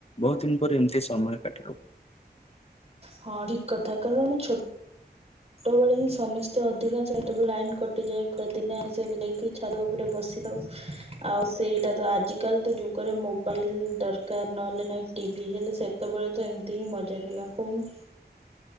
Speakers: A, on the left (about 35°); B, on the right (about 35°).
A: ବହୁତ ଦିନ ପରେ ଏମିତି ସମୟ କାଟିଲୁ।
B: ହଁ ଠିକ କଥା କାରଣ ଆମେ ଛୋଟ ଛଟୋବେେଳେ ହିଁ ସମସ୍ତେ ଅଧିକାଂଶ ଯେତେବେଳେ ଲାଇନ୍ କଟିଯାଏ ଖରା ଦିନେ ଆମେ ସେବେ ଯାଇକି ଛାତ ଉପରେ ବସିଥାଉ। ଆଉ ସେଇଟା ତ ଆଜିକାଲି ତ ଯୁଗରେ ମୋବାଇଲ ଦରକାର ନହେଲେ ନାଇଁ ଟିଭି କିନ୍ତୁ ସେ ସେତବେଳେ ତ ଏମିତି ହିଁ ମଜା ଥିଲା କହୁନୁ।